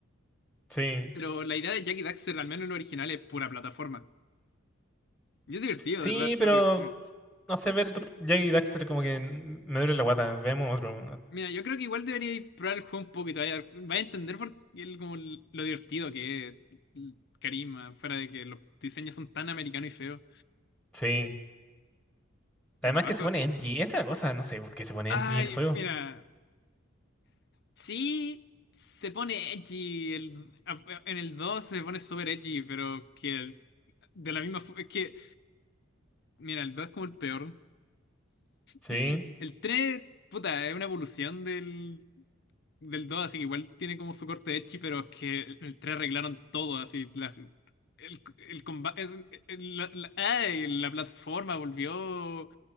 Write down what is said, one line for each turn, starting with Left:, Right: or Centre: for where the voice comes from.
Centre: sí.
Left: Pero la idea de Jack y Daxter, al menos en lo original, es pura plataforma. Y es divertido,
Centre: Sí,
Left: de verdad, es súper
Centre: pero
Left: divertido.
Centre: no sé, ver Jack y Daxter como que n- me duele la guata. Veamos otro.
Left: Mira, yo creo que igual debería probar el juego un poco y te vaya a dar- vaya a entender por qué el- como el- lo divertido que es el carisma, fuera de que los diseños son tan americanos y feos.
Centre: Sí.
Left: Bueno,
Centre: Además
Left: abajo.
Centre: que se pone edgy. Esa es la cosa, no sé por qué se pone
Left: Ay,
Centre: edgy el juego.
Left: mira, sí se pone edgy, el, en el 2 se pone súper edgy, pero que el- de la misma forma, es que, mira, el 2 es como el peor.
Centre: Sí.
Left: <laughs> El 3 puta, es una evolución del, del 2 así que igual tiene como su corte edgy, pero es que el, el 3 arreglaron todo, así, la, el, el combate, la, la- ¡ay! la plataforma volvió,